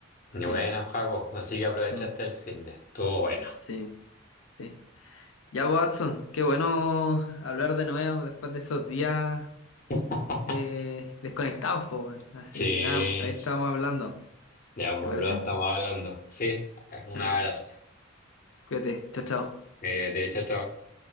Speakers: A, on the left; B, on the left.
A: Bueno,
B: sí.
A: Jaco, así que aprovechaste
B: Mm,
A: el fin de. Estuvo bueno.
B: sí, sí. Ya, pues, Watson, qué bueno hablar de nuevo después de esos días
A: <laughs>
B: eh, desconectados, po, weón. Así
A: Sí,
B: que nada, pues, ahí estamos hablando.
A: ya, pues,
B: ¿Te parece?
A: bro, estamos hablando. Sí, un
B: Dale,
A: abrazo.
B: cuídate, chao, chao.
A: Eh, te chao, chao.